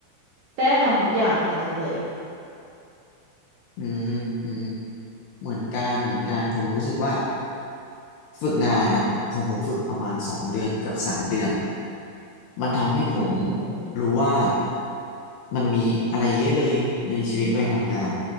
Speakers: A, on the right; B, on the left.
A: ได้ทำทุกอย่างในนั้นเลย
B: อืมอืมเหมือนกันเหมือนกันผมรู้สึกว่าฝึกงานอ่ะของผมฝึกประมาณสองเดือนเกือบสามเดือนมันทำให้ผม
A: อืม
B: รู้ว่ามันมีอะไรเยอะเลยในชีวิตวัยทำงาน